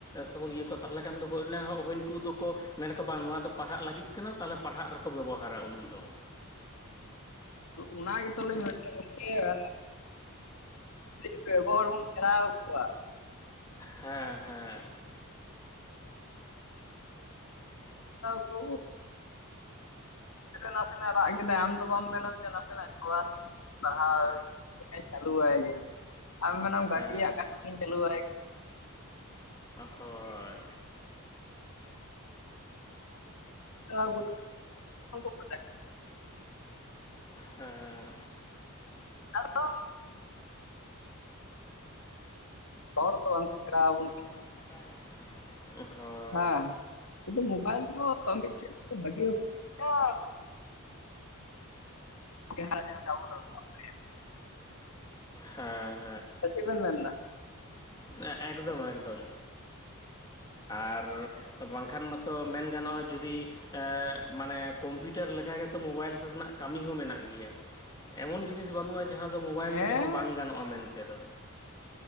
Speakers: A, on the left; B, on the left.
A: ᱥᱮᱵᱚᱱ ᱤᱭᱟᱹ ᱠᱚᱣᱟ ᱛᱟᱦᱚᱞᱮ ᱠᱷᱟᱱ ᱫᱚᱭ ᱩᱱᱠᱩ ᱫᱚᱠᱚ᱾ ᱢᱮᱱᱟᱠᱚ ᱵᱟᱝ ᱱᱚᱣᱟ ᱫᱚ ᱯᱟᱲᱦᱟᱜ ᱞᱟᱹᱜᱤᱫ ᱠᱟᱱᱟ ᱛᱟᱦᱚᱞᱮ ᱯᱟᱲᱦᱟᱜ ᱨᱮᱠᱚ ᱵᱮᱵᱚᱦᱟᱨᱟ ᱩᱱ ᱫᱚ᱾
B: ᱚᱱᱟ ᱜᱮ ᱛᱚ ᱞᱤᱧ ᱢᱮᱱᱫᱟ ᱜᱚᱢᱠᱮ <inaudible> ᱟᱹᱰᱤ ᱵᱮᱚᱜᱚᱦ <inaudible> ᱦᱚᱲ ᱵᱚᱱ ᱥᱮᱬᱟ ᱟ ᱠᱚᱣᱟ
A: ᱦᱮᱸ ᱦᱮᱸ᱾
B: ᱠᱚ <inaudible> ᱱᱟᱥᱮᱱᱟᱜ ᱨᱟᱜ ᱠᱮᱫᱟᱭ ᱟᱢ ᱫᱚ ᱵᱟᱢ ᱢᱮᱱᱟ ᱱᱟᱥᱮᱱᱟᱜ ᱪᱷᱚᱲᱟ ᱥᱮ ᱯᱟᱲᱦᱟᱣᱼᱼ ᱦᱮᱧ ᱪᱟᱞᱩ ᱵᱟᱲᱟᱭ ᱜᱮ᱾ ᱟᱢ ᱢᱮᱱᱟᱢ
A: ᱦᱮᱸ
B: ᱜᱟᱹᱰᱤᱭᱟᱜ
A: ᱦᱮᱸ
B: ᱠᱟᱴᱷᱟ ᱠᱷᱚᱱᱤᱧ ᱪᱟᱹᱞᱩᱟᱭ
A: ᱦᱳᱭ
B: <inaudible> ᱠᱚ <inaudible>
A: ᱦᱮᱸ᱾
B: ᱟ <inaudible> ᱦᱚᱲ ᱫᱚ ᱵᱟᱝᱠᱚ ᱥᱮᱬᱟ ᱟᱵᱚᱱ ᱠᱟᱱᱟ᱾
A: ᱥ ᱟ <unintelligible> ᱦᱚᱸ᱾
B: ᱦᱮᱸ ᱠᱮᱱᱛᱩ ᱢᱳ ᱵᱟᱭᱤᱞ ᱫᱚ ᱠᱟᱹᱢᱤ ᱥᱮᱪ ᱠᱚ ᱵᱷᱟᱜᱮ ᱚᱸ <inaudible> ᱰᱩᱱ <inaudible>
A: ᱦᱮᱸ
B: ᱪᱮᱫ ᱵᱮᱱ ᱢᱮᱱᱫᱟ?
A: ᱦᱮᱸ ᱮᱠᱫᱚᱢ ᱮᱠᱫᱚᱢ᱾ ᱟᱨ ᱵᱟᱝᱠᱷᱟᱱ ᱢᱟᱛᱚ ᱢᱮᱱ ᱜᱟᱱᱚᱜᱼᱟ ᱡᱩᱫᱤ ᱦᱮᱸ ᱢᱟᱱᱮ ᱠᱚᱢᱯᱤᱭᱩᱴᱟᱨ ᱜᱮ ᱛᱚ ᱢᱳᱵᱟᱭᱤᱞ ᱨᱮᱱᱟᱜ ᱠᱟ. ᱢᱤ ᱦᱚᱸ ᱢᱮᱱᱟᱜ ᱜᱮᱭᱟ᱾ ᱮᱢᱚᱱ ᱡᱤᱱᱤᱥ ᱵᱟᱹᱱᱩᱜᱼᱟ ᱡᱟᱸᱦᱟᱸ ᱫᱚ ᱢᱳᱵᱟᱭᱤᱞ
B: ᱦᱮᱸ
A: ᱛᱮᱦᱚᱸ ᱵᱟᱝ ᱜᱟᱱᱚᱜᱼᱟ ᱢᱮᱱᱛᱮ ᱫᱚ᱾